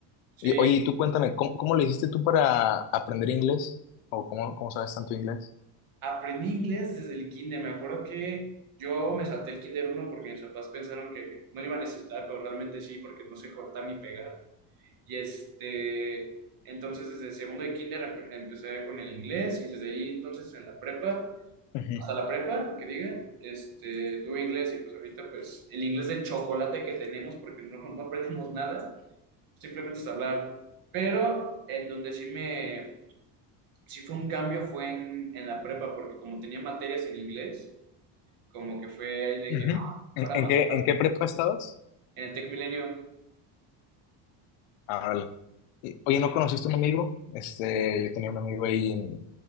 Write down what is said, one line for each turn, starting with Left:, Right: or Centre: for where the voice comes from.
Right: Sí,
Left: Y oye, y tú cuéntame, ¿cómo, cómo le hiciste tú para aprender inglés? ¿O cómo, cómo sabes tanto inglés?
Right: Aprendí inglés desde el kinder. Me acuerdo que yo me salté el kinder uno porque mis papás pensaron que no lo iba a necesitar, pero realmente sí, porque no sé cortar ni pegar. Y este, entonces desde segundo de kinder empe- empecé con el inglés y desde ahí entonces en la prepa,
Left: Ujú,
Right: hasta la prepa, que diga, este, tuve inglés y pues ahorita pues el inglés de chocolate que tenemos porque no, no aprendemos nada, simplemente es hablar. Pero en donde sí me si fue un cambio fue en, en la prepa, porque como tenía materias en inglés, como que fue ahí de
Left: ujú.
Right: que, ah,
Left: ¿En,
Right: ahora
Left: en
Right: matemáticas,
Left: qué, en qué prepa estabas?
Right: en el Tech Milenio,
Left: Ah, órale. Y, oye, ¿no conociste un amigo? Este, yo tenía un amigo ahí en...